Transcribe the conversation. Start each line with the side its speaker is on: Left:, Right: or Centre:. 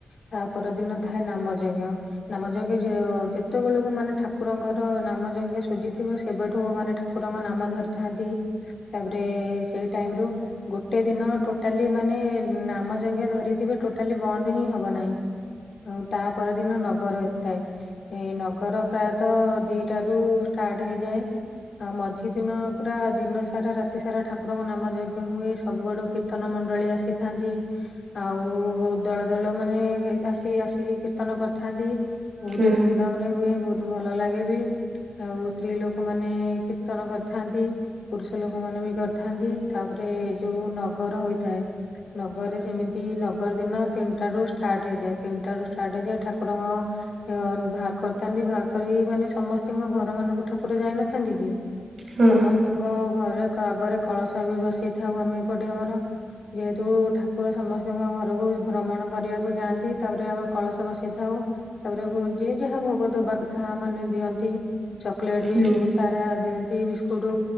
Left: ତା ପର ଦିନ ଥାଏ ନାମ ଯଜ୍ଞ। ନାମ ଯଜ୍ଞ ଯେତେବେଳକୁ ମାନେ ଠାକୁରଙ୍କର ନାମ ଯଜ୍ଞ ସୁଜିଥିବ ସେବେଠୁ ମାନେ ଠାକୁରଙ୍କ ନାମ ଧରିଥାନ୍ତି ତାପରେ ସେଇ ଟାଇମ ରୁ ଗୋଟେ ଦିନ ଟୋଟାଲି ମାନେ ନାମ ଜଜ୍ଞ ଧରିଥିବେ ଟୋଟାଲି ବନ୍ଦ ହିଁ ହବ ନାହିଁ। ଆଉ ତା ପରଦିନ ନଗର ହୋଇଥାଏ। ଏ ନଗର ପ୍ରାୟତଃ ଦିଇଟାରୁ ଷ୍ଟାର୍ଟ ହେଇଯାଏ। ଆ ମଝି ଦିନ ପୁରା ଦିନ ସାରା ରାତି ସାରା ଠାକୁର ନାମ ଯଜ୍ଞ ହୁଏ ସବୁଆଡୁ କୀର୍ତ୍ତନ ମଣ୍ଡଳୀ ଆସିଥାନ୍ତି। ଆଉ ଦଳ ଦଳ ମାନେ ଆସି ଆସିକି କୀର୍ତ୍ତନ କରିଥାନ୍ତି। ବହୁତ
Right: ହୁଁ
Left: ଧୁମଧାମ ରେ ହୁଏ ବହୁତ ଭଲ ଲାଗେ ବି। ଆଉ ସ୍ତ୍ରୀ ଲୋକମାନୋନ କୀର୍ତ୍ତନ କରିଥାନ୍ତି ପୁରୁଷ ଲୋକମାନୋନ ବି ଥାନ୍ତି ତାପରେ ଯୋଉ ନଗର ହୋଇଥାଏ। ନଗରରେ ସେମିତି ନଗର ଦିନ ତିନିଟା ରୁ ଷ୍ଟାର୍ଟ ହେଇଯାଏ। ତିନିଟା ରୁ ଷ୍ଟାର୍ଟ ହେଇଯାଏ ଠାକୁରଙ୍କ ବାହାର କରିଥାନ୍ତି ବାହାର କରି ମାନେ ସମସ୍ତଙ୍କ ଘର ମାନଙ୍କୁ ଠାକୁର ଯାଇନଥାନ୍ତି କି?
Right: ହଁ
Left: ସମସ୍ତଙ୍କ ଘରେ ଆଗରେ କଳସ ବି ବସେଇଥାଉ ଆମେ ଏପଟେ ଆମର। ଯେହେତୁ ଠାକୁର ସମସ୍ତଙ୍କ ଘରକୁ ଭ୍ରମଣ କରିବାକୁ ଯାଆନ୍ତି। ତାପରେ ଆମେ କଳସ ବସେଇଥାଉ ତାପରେ ଯିଏ ଯାହା ଭୋଗ ଦବା କଥା ମାନେ ଦିଅନ୍ତି। ଚକୋଲେଟ ବି
Right: ହୁଁ
Left: ବହୁତ ସାରା ଦିଅନ୍ତି ବିସ୍କୁଟ